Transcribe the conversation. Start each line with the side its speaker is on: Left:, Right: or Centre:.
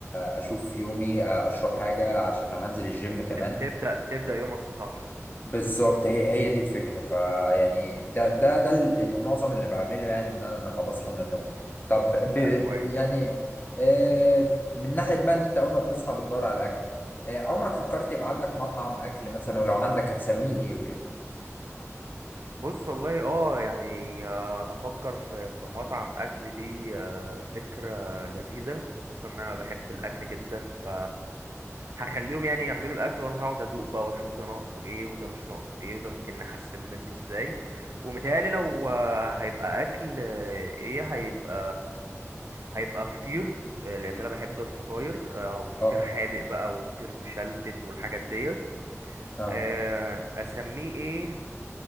Left: آه، اشوف يومي آه، اشرب حاجة عشان لو هنزل الجيم كمان
Right: ت- تبدأ تبدأ يومك صح
Left: بالظبط هي هي دي الفكرة فيعني ده ده ده ال- المعظم اللي بعمله يعني ان انا لما بصحى من النوم طب ب
Right: لا
Left: ب-
Right: كويس
Left: يعني آه، من ناحية بقى ان انت اول ما بتصحى بتدور على اكل آه، عمرك فكرت يبقى عندك مطعم اكل مثلا ولو عندك هتسميه ايه وكده
Right: بص والله اه يعني آه، افكر في في مطعم اكل دي آه، فكره لذيذه خصوصا ان انا بحب الاكل جدا ف هخليهم يعني يعملوا الاكل وانا هقعد ادوق بقى واشوف ده ناقصه ايه وده مش ناقصه ايه وده ممكن نحسن منه ازاي ومتهيألي لو آه، هيبقى اكل آه، ايه هيبقى هيبقى فطير آه، لان انا بحب الفطاير آه، وفطير
Left: اه
Right: حادق بقى وفطير مشلتت والحاجات ديت
Left: اه
Right: آه، اسميه ايه